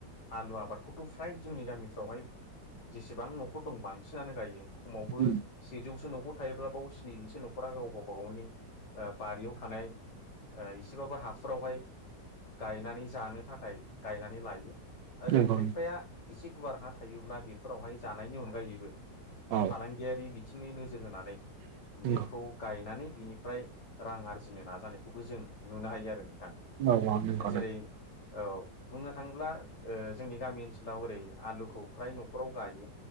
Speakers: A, on the left; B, on the right.
A: आलु आबादखौथ' फ्राय जोंनि गामिफ्रावहाय जेसेबां न'खर दं बांसिनानो गायो खमावबो
B: उम
A: सेजौ न'खर थायोब्ला बाव स्निजिसो न'खरा गाव गावबा गावनि बारियाव थानाय एसेबाबो हाफ्रावहाय गायनानै जानो थाखाय गायनानै लायो। आरो
B: नंगौ
A: खायफाया एसे गुवार हा थायोब्ला बेफोरावहाय जानायनि अनगायैबो
B: औ
A: फालांगियारि बिथिङैनि नो जोर होनानै
B: नंगौ
A: बेखौ गायनानै बिनिफ्राय रां आरजिनो नाजानायखौबो जों नुनो हायो आरो नोंथां।
B: औ नोगौ नोंगौ।
A: जेरै औ बुंनो थाङोब्ला ओ जोंनि गामि ओनसोलाव ओरै आलुखौ फ्राय न'खराव गायो।